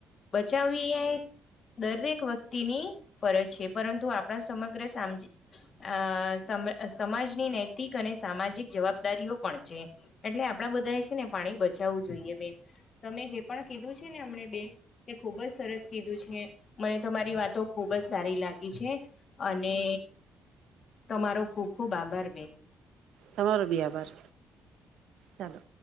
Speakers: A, on the left; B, on the right.
A: બચાવવી દરેક વ્યક્તિની ફરજ છે પરંતુ આપણા સમગ્ર સા અ સમાજની નૈતિક અને સામાજિક જવાબદારીઓ પણ છે. એટલે આપડા બધા એ છે ને પાણી બચાવવું જોઈએ બે તમે જે પણ કીધું છે ને હમને બેન તે ખુબ જ સરસ કીધું છે મને તો મારી વાતો ખુબ જ સારી લાગી છે અને તમારો ખુબ ખુબ આભાર બેન
B: તમારો બ આબાર ચાલો